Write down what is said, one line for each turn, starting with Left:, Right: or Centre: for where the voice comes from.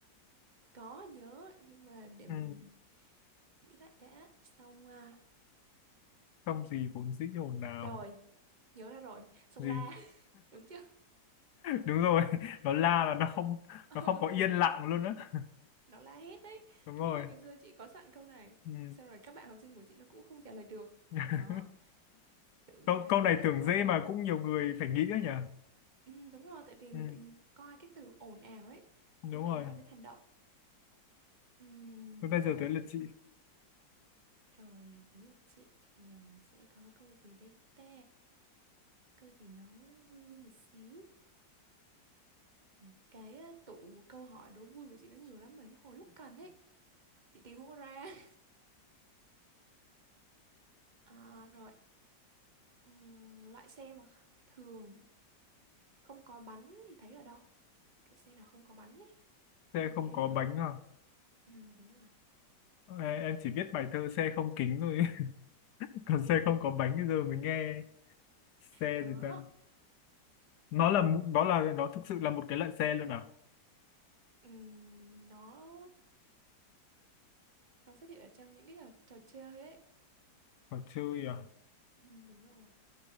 Right: Có nhớ, nhưng mà để mình
Left: Ừ.
Right: nghĩ lại đã. Xong, à,
Left: không gì vốn dĩ ồn ào
Right: rồi, nhớ ra rồi. Xong
Left: gì
Right: la, <laughs> đúng chưa?
Left: đúng rồi <laughs> nó la là nó không
Right: Ừ,
Left: nó không có
Right: đúng
Left: yên lặng
Right: rồi.
Left: luôn á
Right: Nó la hét đấy.
Left: đúng rồi
Right: Đúng rồi, ngày xưa chị có sẵn câu này.
Left: ừ.
Right: Xong rồi các bạn học sinh của chị nó cũng không trả lời được.
Left: <laughs>
Right: Đó, từ
Left: câu
Right: đấy
Left: câu này tưởng
Right: rồi.
Left: dễ mà cũng nhiều người phải nghĩ đấy nhỉ
Right: Ừ, đúng rồi, tại vì
Left: ừ.
Right: mình phải coi cái từ ồn ào ấy. Thì
Left: đúng
Right: nó phải
Left: rồi
Right: liên quan đến hành động. Ừm,
Left: Thế bây
Right: rồi.
Left: giờ tới lượt chị
Right: Rồi đến lượt chị thì à, mình sẽ có câu gì đây ta? Câu gì nó vui vui một xíu. Ừ, Cái à, tủ câu hỏi đố vui của chị nó nhiều lắm mà đến hồi lúc cần ấy, chị tìm không có ra. <laughs> À, rồi, Ừm, loại xe mà kh- thường không có bánh thì thấy ở đâu? Kiểu xe nào không có bánh ấy
Left: <laughs> xe
Right: thì
Left: không
Right: thấy
Left: có
Right: ở đâu?
Left: bánh à
Right: Ừ, đúng rồi.
Left: Em em chỉ biết bài thơ xe không kính thôi <laughs> còn xe không có bánh bây giờ mới nghe xe
Right: Có.
Left: gì ta nó là mũ- nó là nó thực sự là một cái loại xe luôn à
Right: Ừm, nó nó xuất hiện ở trong những cái trò, trò chơi ấy.
Left: trò chơi à
Right: Ừ, đúng rồi.